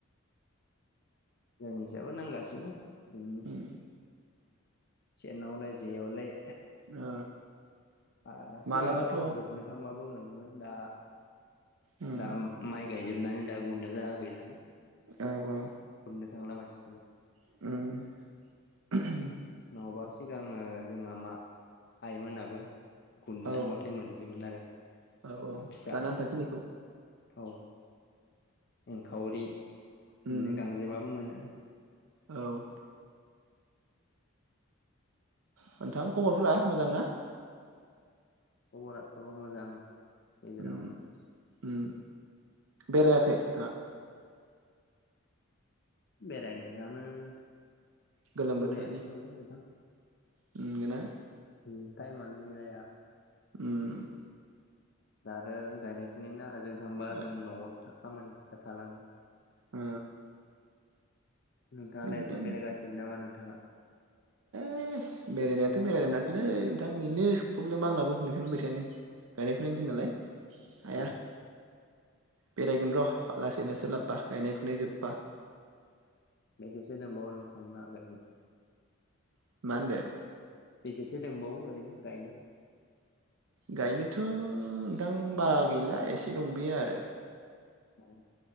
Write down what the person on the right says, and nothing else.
उम
ओ।
मालाबाथ'
उम
औ औ
ओम
औ
औ औ
जानो आन्था खिनिखौ।
उम
औ नोंथां खबरफोरा मोजां ना?
ओम ओम बेरायाखै नोंथाङा?
गोलोम बोथोरनि <unintelligible>
ओम।
गा
ओ।
बिदिनो
<unintelligible> बेरायनायाथ' बेरायनो मोनाखैलै नोंथां बेनो प्रब्लेम आंनाबो नोंथांनि बैसायानो। गायनाय फुनायनि दिन नालाय हाया।
बेरायगोन र' लासैनो सोलाबबा गायनाय फुनाय जोब्बा।
<unintelligible>
गायनोथ' नोंथां बारा गैला एसे दं बायो आरो।